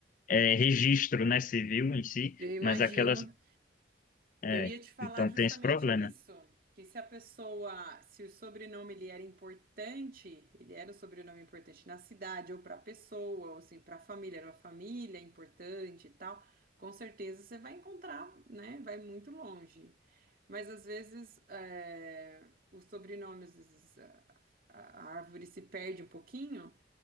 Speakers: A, on the left (about 45°); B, on the right (about 50°).
A: é, registro, né, civil em si,
B: Eu imagino
A: mas aquelas, é,
B: Eu ia te falar
A: então
B: justamente
A: tem esse problema.
B: isso, que se a pessoa, se o sobrenome ele era importante, ele era um sobrenome importante na cidade ou para a pessoa, ou assim, para a família, era uma família importante e tal, com certeza você vai encontrar, né? Vai muito longe. Mas às vezes é, o sobrenome, às vezes a, a árvore se perde um pouquinho,